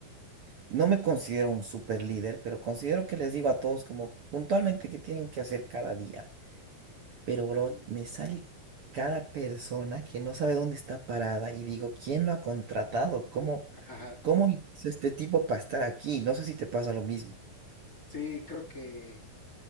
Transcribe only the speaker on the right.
No me considero un super líder, pero considero que les digo a todos como puntualmente qué tienen que hacer cada día. Pero, bro,
me sale cada persona que no sabe dónde está parada y digo, ¿quién lo ha contratado? ¿Cómo,
cómo le hizo este tipo para estar aquí? No sé si te pasa lo mismo.